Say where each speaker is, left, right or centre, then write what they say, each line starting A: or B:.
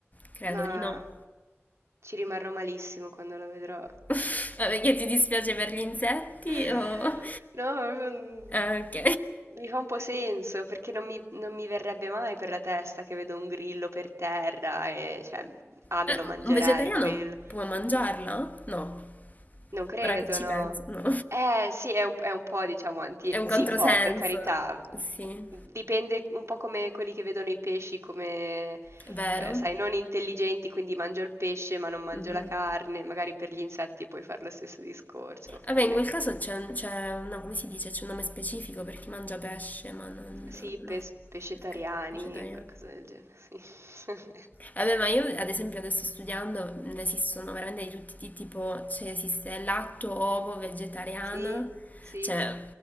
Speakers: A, on the left; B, on the right.
A: credo
B: Ma
A: di no.
B: ci rimarrò malissimo quando la vedrò.
A: <laughs> Ma perché ti dispiace per gli insetti?
B: <laughs>
A: O...
B: No, proprio, mm,
A: Ah, ok.
B: mi fa un po' senso perché non mi, non mi verrebbe mai per la testa che vedo un grillo per terra e cioè, ah, me
A: Eh,
B: lo mangerei
A: Un vegetariano
B: quello.
A: può mangiarla? No,
B: Non credo,
A: ora che ci
B: no.
A: penso, no.
B: Eh, sì, è un, è un po', diciamo, anti...
A: È un
B: Sì,
A: controsenso.
B: può, per carità.
A: Sì,
B: Dipende un po' come quelli che vedono i pesci come,
A: è vero.
B: eh, sai, non intelligenti, quindi mangio il pesce ma non mangio
A: Mhm.
B: la carne. Magari per gli insetti puoi fare lo stesso discorso,
A: Vabbè,
B: per
A: in
B: me.
A: quel caso c'è, un- c'è un- no, come si dice? C'è un nome specifico per chi mangia pesce, ma non...
B: Sì,
A: No,
B: pes- pescetariani,
A: perché vegetariano.
B: qualcosa del genere, sì. <laughs>
A: Vabbè, ma io ad esempio adesso studiando ne esistono veramente di tutti i tipi, tipo, cioè esiste latto, ovo, vegetariana,
B: Sì, sì,
A: cioè